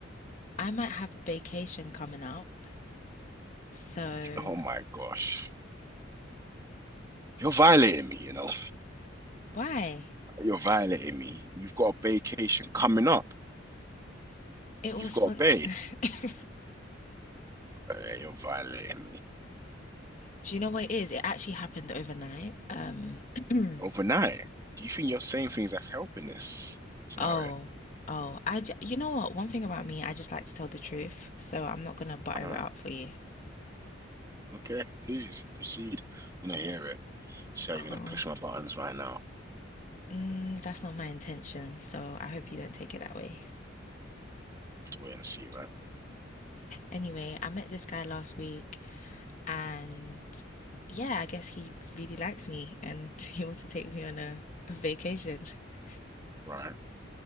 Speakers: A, on the left (about 35°); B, on the right (about 15°).
A: I might have a vacation coming up. So
B: You- oh my gosh. You're violating me, you know.
A: why?
B: You're violating me. You've got a vacation coming up.
A: It
B: You've
A: was
B: got
A: fun.
B: a bay.
A: <laughs>
B: Oh, yeah, you're violating me.
A: Do you know what it is? It actually happened overnight. Um, <clears throat>
B: Overnight. Do you think you're saying things that's helping this scenario?
A: oh, oh, I, j- you know what? One thing about me, I just like to tell the truth, so I'm not gonna butter
B: Ah,
A: it up for you.
B: okay, please proceed. I want to hear it. So
A: Cool.
B: you're gonna push my buttons right now. I
A: Mm, that's not my intention, so I hope you don't take it that way.
B: Have to wait and see, right?
A: Anyway, I met this guy last week, and yeah, I guess he really likes me, and <laughs> he wants to take me on a, a vacation. <laughs>
B: Right.